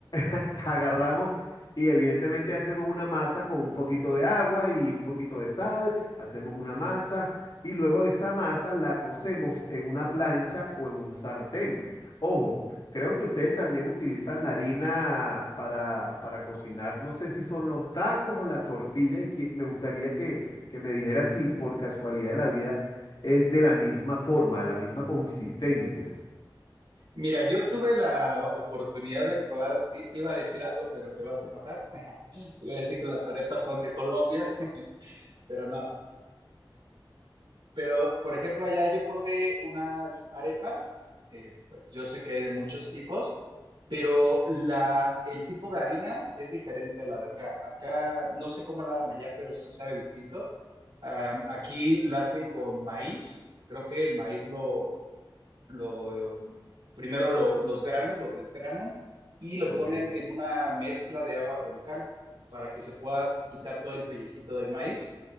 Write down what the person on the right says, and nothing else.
Mira, yo tuve la oportunidad de probar, te, te iba a decir algo, pero te vas a enojar. Te iba a decir que las arepas son de Colombia, pero no. Pero, por ejemplo, allá yo probé unas arepas, eh, pues, yo sé que hay de muchos tipos, pero la, el tipo de harina es diferente a la de acá. Acá no sé cómo la hagan allá, pero sí sabe distinto. Am, aquí la hacen con maíz, creo que el maíz lo, lo primero lo- los granos los desgranan y lo
ponen en una mezcla de agua con cal para que se pueda quitar todo el pellejito del maíz